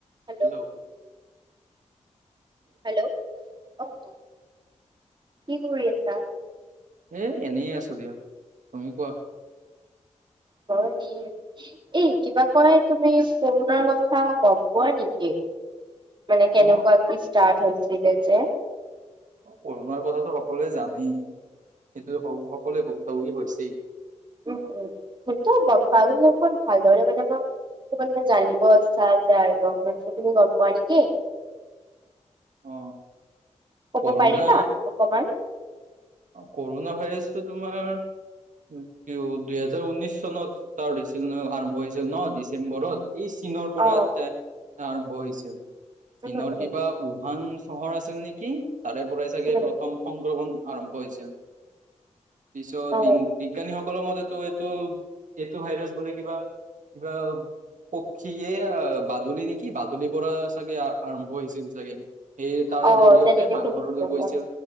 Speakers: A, on the right; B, on the right.
A: Hello
B: hello
A: hello অঁ কি কৰি আছা?
B: এই এনেই আছো দিয়ক, তুমি কোৱা?
A: ময় এনেয়ে। এই কিবা কয় তুমি কৰুণাৰ কথা গম পোৱা নেকি? মানে কেনেকুৱা
B: অ
A: কে ষ্টাৰ্ট হৈছিলে যে?
B: অ কৰুণাৰ কথাটো সকলোৱে জানেই। সেইটো সকলোৱে ভুক্তভোগী হৈছেই।
A: উম উম, সেইটো গম পাবলে অকন ভালদৰে মানে ময়- কিবা কিবি জানিব ইচ্ছা আছে আৰু অলপমান তুমি গম পোৱা নেকি?
B: অ
A: ক'ব
B: কৰোণা
A: পাৰিবা অকমান
B: অঁ কৰোণা ভাইৰাছটো তোমাৰ- কিয় দুইহেজাৰ ঊনৈশ চনত ষ্টাৰত হৈছিল ন আৰম্ভ হৈছিল ন ডিচেম্বৰত। ই চীনৰ পৰা
A: অ
B: ষ্টাত আৰম্ভ হৈছিল,
A: উম
B: চীনৰ
A: উম
B: কিবা উহাং- চহৰ আছিল নেকি? তাৰে পৰাই চাগে
A: উম
B: প্ৰথম সংক্ৰমণ আৰম্ভ হৈছিল। পিছত
A: অ
B: বিজ্ঞানীসকলৰ মতেতো এইটো এইটো ভাইৰাছ বোলে কিবা- কিবা পক্ষীয়ে আ বাদুলি নেকি বাদুলিৰ পৰা- চাগে আৰম্ভ হৈছিল চাগে, সেইয়ে তাৰে
A: অ
B: জৰিয়তে
A: তেনেকে
B: মানুহলৈ
A: শুনিছিলো
B: গৈছিল।
A: অ